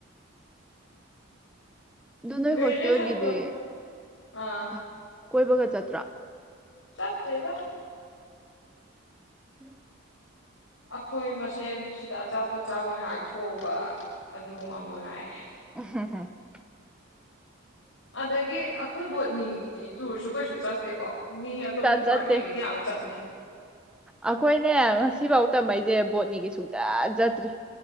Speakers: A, in the centre; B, on the left.
A: ꯑꯗꯨ ꯅꯣꯏ
B: ꯭ꯔꯦꯖꯨꯌꯦꯁꯟ
A: ꯍꯣꯁꯇꯦꯜꯒꯤꯗꯤ
B: ꯑꯥ
A: ꯑ, ꯀꯣꯏꯕꯒ ꯆꯠꯇ꯭ꯔꯥ
B: ꯆꯠꯦꯗ
A: ꯎꯝ
B: ꯑꯩꯈꯣꯏ ꯃꯁꯦꯟ ꯁꯤꯗ ꯑꯆꯥꯄꯣꯠ ꯆꯥꯕ ꯉꯥꯏꯍꯥꯛ ꯊꯣꯛꯎꯕ ꯑꯗꯨꯒꯨꯝꯕ ꯃꯉꯥꯏ
A: <inaudible>
B: ꯑꯗꯒꯤ ꯑ ꯈꯣꯏ ꯕꯣꯠꯅꯤꯒꯤꯗꯤ ꯇꯨꯔꯁꯨ ꯀꯩꯁꯨ ꯆꯠꯇꯦꯀꯣ꯫ ꯃꯤ ꯑꯇꯣꯞꯄ
A: ꯠ
B: ꯗꯤꯄꯥꯔꯠꯃꯦꯟꯒꯤꯗꯤ
A: ꯆꯠꯇꯦ
B: ꯌꯥꯝ ꯆꯠꯂꯦ
A: ꯑꯩꯈꯣꯏꯅꯦ ꯉꯁꯤꯐꯧ ꯇꯝꯃꯛꯏꯁꯦ ꯕꯣꯠꯅꯤꯒꯤ ꯁꯨꯡꯆꯠ ꯆꯠꯇ꯭ꯔꯤ